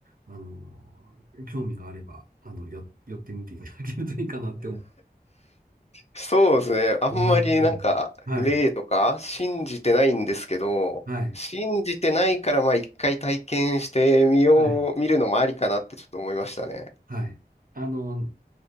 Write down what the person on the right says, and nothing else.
あの、興味があれば、あの、よ、寄ってみていただけるといいかなって思
う。同じく。はい、
はい、
はい、
はい。あの、